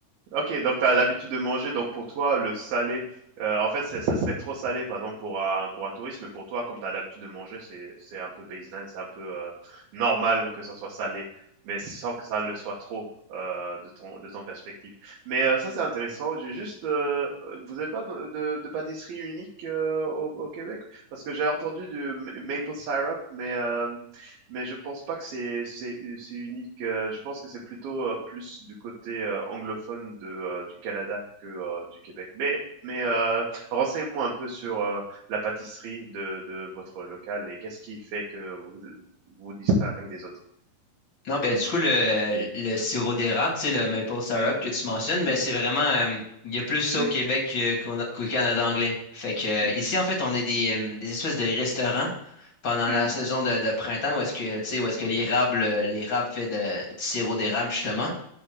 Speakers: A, on the right (about 75°); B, on the left (about 40°).
A: OK, donc tu as l'habitude de manger, donc pour toi, le salé, heu, en fait, c'est ça serait trop salé, par exemple, pour un pour un touriste, mais pour toi, comme tu as l'habitude de manger, c'est c'est un peu baseline, c'est un peu, heu, normal que ça soit salé, mais sans que ça le soit trop, heu, de ton de ton perspective. Mais, heu, ça, c'est intéressant. J'ai juste, heu, vous avez pas de de de pâtisserie unique, heu, au au Québec? Parce que j'ai entendu du ma maple syrup, mais, heu mais je pense pas que c'est c'est c'est unique, heu, je pense que c'est plutôt, heu, plus du côté, heu, anglophone de, heu, du Canada que, heu, du Québec. Mais mais, heu, renseigne-moi un peu sur, heu, la pâtisserie de de votre local et qu'est-ce qui fait que vous vous distingue des autres?
B: Non, ben du coup, le, le sirop d'érable, tu sais, le maple syrup
A: Mmh,
B: que tu mentionnes, ben
A: mmh,
B: c'est vraiment, euh, il y a plus ça
A: mmh,
B: au Québec que- qu'au qu'au Canada anglais. Fait que euh,
A: mmh
B: ici,
A: mh.
B: en fait, on est des, euh, des espèces de restaurants pendant
A: Mmh
B: la
A: mh.
B: saison de, de printemps où est-ce que, tu sais, où est-ce que l'érable, euh, l'érable fait de, du sirop d'érable, justement.